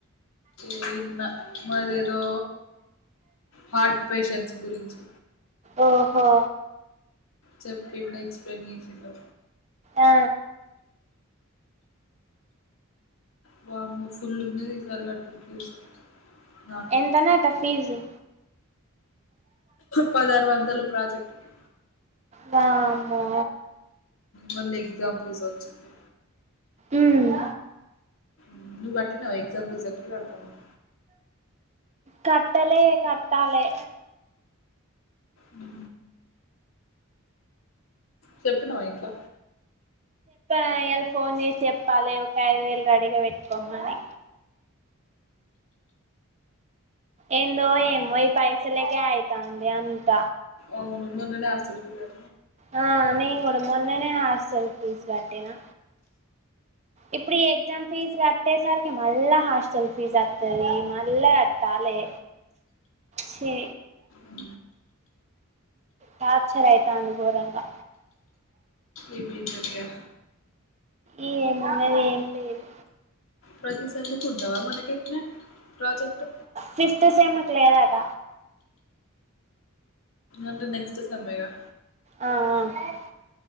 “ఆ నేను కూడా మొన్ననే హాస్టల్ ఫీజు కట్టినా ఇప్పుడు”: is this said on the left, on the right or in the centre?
Right